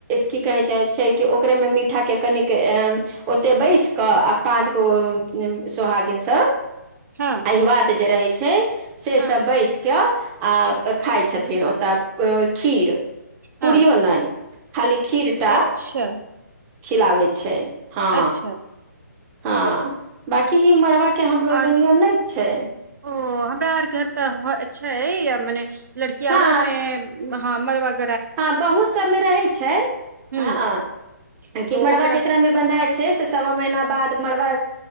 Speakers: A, on the right (about 15°); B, on the right (about 70°).
A: की कहे जा छै कि ओकरे में मीठा के कनिक ओते बैस क आ पाँच गो सोहागिनसँ अहि
B: हँ
A: ब त ज रहै छै से
B: हँ
A: सब बैस क्य आ खाइ छथिन ओतय खीर पुड़ीओ
B: हँ
A: नई खाली क्षीरटा
B: अच्छा
A: खिलाबै छै हँ
B: अच्छा
A: हँ बकि ही मरब के हमरोगमे
B: आर
A: नियम नहि छै
B: ओ हमरा आर घर तऽ छै मने लड़कियारो
A: हँ
B: मे हँ मरबक
A: हँ बहुत सभमे रहैत छै
B: ह
A: हँ कि
B: तो
A: मड़बा
B: ओकरा
A: जेकरामे बन्धाइ छै से सवा महीना बाद मड़बा